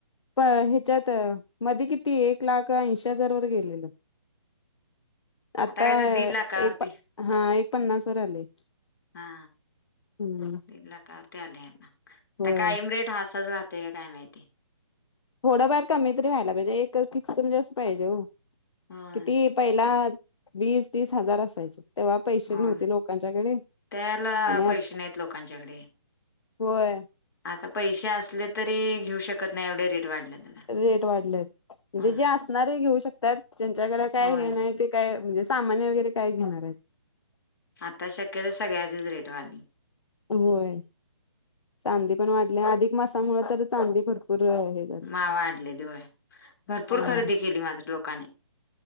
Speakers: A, on the left (about 75°); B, on the left (about 45°).
A: प ह्याच्यात मध्ये किती एक लाख ऐंशी हजार वर गेलेले आता
B: काय तर दीड लाखावरती
A: एक हा एक पन्नास वर आले
B: हा
A: हम्म
B: एक लाखावरती आले आहे ना आता
A: होय
B: कायम रेट हसाच राहतो का काय माहिती
A: थोडंफार कमी तरी व्हायला पाहिजे एक फिक्स म्हणजे अस पाहिजे हो
B: होय
A: किती पहिला
B: तेच.
A: वीस तीस हजार असायचे तेव्हा पैसे
B: होय
A: नव्हते लोकांच्याकडे
B: त्याला
A: आणि
B: पैसे
A: आत
B: नाहीत लोकांच्याकडे.
A: होय
B: आता पैसे असले तरी घेऊ शकत नाही एवढे रेट वाढले त्याला
A: रेट वाढलेत म्हणजे
B: हा
A: जे असणारे घेऊ शकतात ज्यांच्याकडे काय
B: होय
A: हे नाही ते काय म्हणजे सामान्या वगैरे काय घेणार आहेत
B: आता शक्यत सगळ्याचीच रेट वाढली
A: होय चांदी पण वाढली अधिक मासामुळे तर चांदी भरपूर आहे
B: मा वा वाढलेलीय भरपूर
A: हा
B: खरेदी केली मात्र लोकांनी